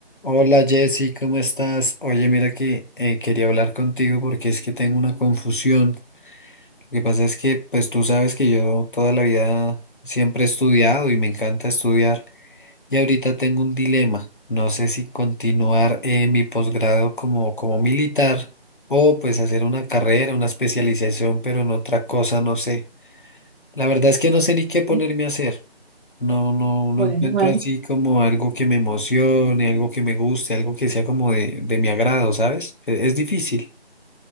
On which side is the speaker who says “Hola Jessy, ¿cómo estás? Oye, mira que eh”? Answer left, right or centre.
Left